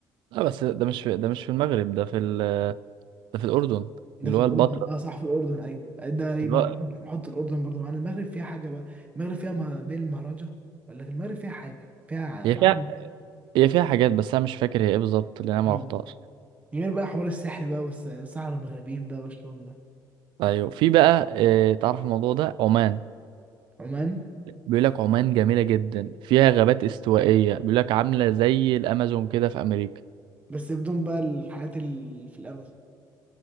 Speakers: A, on the right (about 80°); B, on the right (about 20°).
A: لا بس ده مش في ده مش في المغرب ده في ال ده في الأردن
B: ده
A: اللي
B: في
A: هو
B: الاردن
A: البتراء
B: اه صح في الاردن ايوه ده يبقى
A: اللي هو
B: نح- نحط الاردن برضه معانا المغرب فيها حاجه بقى المغرب فيها ما بين المهرجة ولا لكن المغرب فيها حاجه فيها
A: هي
B: معاني
A: فيها هي فيها حاجات بس أنا مش فاكر هي إيه بالظبط لأن أنا معرفتهاش
B: آه. غير بقى حوار السحر بقى والسحر المغربيين بقى والشغل ده
A: أيوة في بقى إيه تعرف الموضوع ده عمان
B: عمان
A: بيقول لك عمان جميلة جدا فيها غابات استوائية بيقول لك عاملة زي الأمازون كده في أمريكا
B: بس بدون بقى الحاجات اللي في الامازون